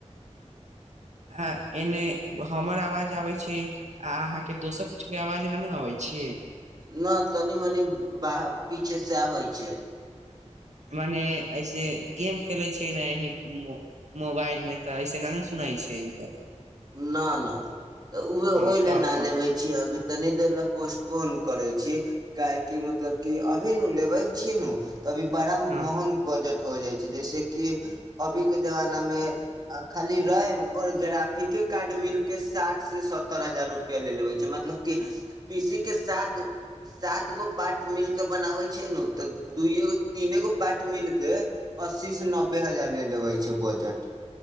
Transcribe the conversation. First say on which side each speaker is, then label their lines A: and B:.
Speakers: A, on the right; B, on the right.
A: अ एने हमर आवाज आबे छै आ अहाँ के दोसर कुछ। आवाज नहि ने अबै छीियै। <unintelligible>
B: न तनी मनि ब -पीछे से आबै छै।
A: मने ऐसे गेम खेलैत छैै नेी -मोबाइल मे तऽ ऐसे नहि ने सुनै छै ई गला।
B: न नहि तऽ उह
A: हँ
B: ओहि
A: तब
B: ले ना
A: कोन
B: लेबे छियै अभी। तनी देर लए पोस्टपोन करे छी काहेकि मतलब क अभी न लेबे ह छी न। अभी बड़ा
A: हँ
B: महग। <unintelligible> ट हो जाइ छै जैस कि अभी के जमाना मे खाली रै और ग्राफ। अे कार्ड मिल के साठ से सत्तर हजार रुपआ ले -ले छै मतलब। पीसी के साथ। <unintelligible> सात गो पाट मिलके बनाबै छै ने ओ तऽ दूइएगो तीने गो पाट मिलके अस्सी से नबे। नबे हजार
A: ह
B: ले लेबै छै ब। झट।